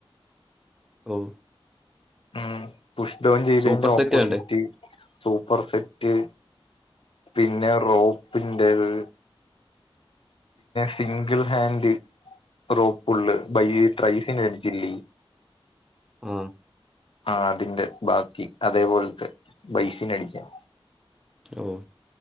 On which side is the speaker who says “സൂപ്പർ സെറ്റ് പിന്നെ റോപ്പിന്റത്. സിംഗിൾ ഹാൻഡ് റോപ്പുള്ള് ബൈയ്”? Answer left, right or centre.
Left